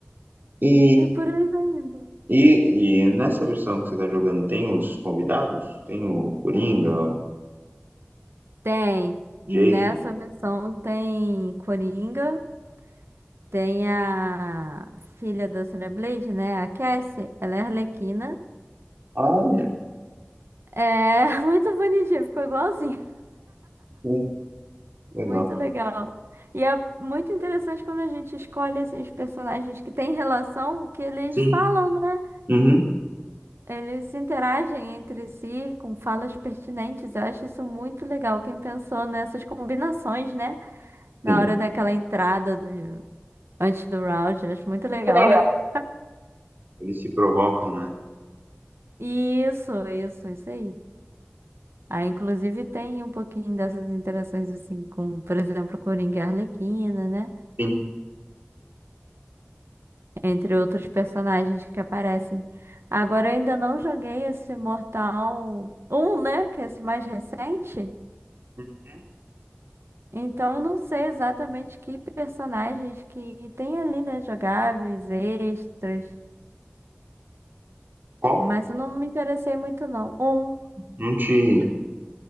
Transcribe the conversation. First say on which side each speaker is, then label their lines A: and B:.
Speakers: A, on the right; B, on the right.
A: E,
B: E por aí vai indo.
A: e, e nessa versão que você está jogando, tem os convidados? Tem o Coringa, o
B: Tem. Nessa
A: Jason?
B: versão tem Coringa, tem a filha da Sonya Blade, né? A Cassie, ela é Arlequina.
A: Olha,
B: É <laughs> muito bonitinha, ficou igualzinha.
A: sim, legal.
B: Muito legal. E é muito interessante quando a gente escolhe assim, os personagens que têm relação, o que eles
A: Sim.
B: falam, né?
A: Uhum,
B: Eles se interagem entre si com falas pertinentes. Eu acho isso muito legal. Quem pensou nessas combinações, né? Na
A: sim.
B: hora daquela entrada do... antes do round, eu acho muito legal.
A: Que legal.
B: <laughs>
A: Eles se provocam, né?
B: Isso, isso, isso aí. Aí, inclusive, tem um pouquinho dessas interações, assim, com, por exemplo, Coringa e Arlequina, né?
A: Sim.
B: Entre outros personagens que aparecem. Agora, eu ainda não joguei esse Mortal 1, né? Que é esse mais recente.
A: Uhum.
B: Então, eu não sei exatamente que personagens que tem ali, né? Jogáveis, extras.
A: Qual?
B: Mas eu não me interessei muito, não. Um.
A: Não te,